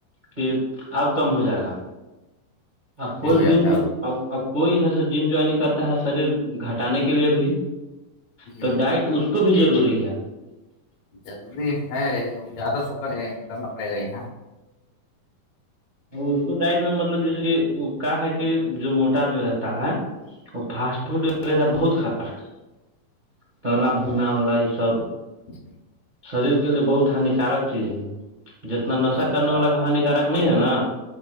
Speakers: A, on the right (about 65°); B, on the left (about 60°).
A: کہ اب کم ہو جائے گا آ
B: ہڈی
A: کوئی
B: ہو
A: بھی
B: جاتا
A: اب کوئی ایسا جم جوائنگ کرتا ہے شریر گھٹانے کے لیے بھی
B: ہے
A: تو ڈائٹ اس کو بھی ضروری ہے
B: ضروری ہے لیکن زیادہ سپر کرنا پڑے گا یہاں
A: اس کو ڈائٹ میں مطلب جیسے کہ کا ہے کہ جو موٹا آدمی رہتا ہے وہ فاسٹ فوڈ وغیرہ بہت کھاتا ہے توا بھنا ولا یہ سب
B: جی
A: شریر کے لیے بہت ہانیکارک چیز ہے جتنا نشا
B: یہ
A: کرنے
B: تو بات
A: والا
B: ہے
A: ہانار نہیں ہے نا